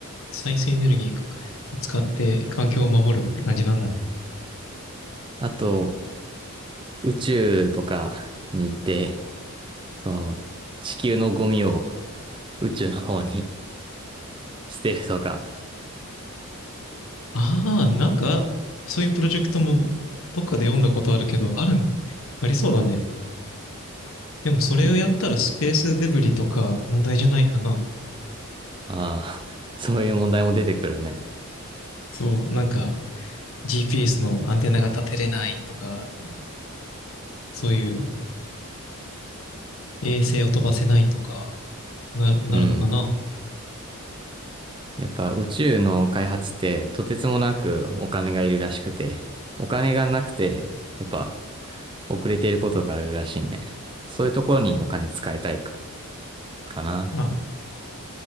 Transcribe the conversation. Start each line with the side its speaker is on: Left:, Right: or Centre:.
Left: 再生エネルギーを使って環境を守るって感じなんだね。
Right: あと、宇宙とかに行って、その、地球のゴミを宇宙の方に <laughs> 捨てるとか、
Left: ああ、なんか、そういうプロジェクトもどっかで読んだことあるけど、ある、ありそうだね。でもそれをやったらスペースデブリとか問題じゃないかな。
Right: 宇宙ああ、そういう問題も出てくるね。
Left: そう、なんか GPS のアンテナが立てれないとか、そういう衛星を飛ばせないとか、な、なるのかな
Right: うん。やっぱ宇宙の開発ってとてつもなくお金がいるらしくて、お金がなくて、やっぱ遅れていることがあるらしいね。そういうところにお金使いたいかかな。
Left: あ、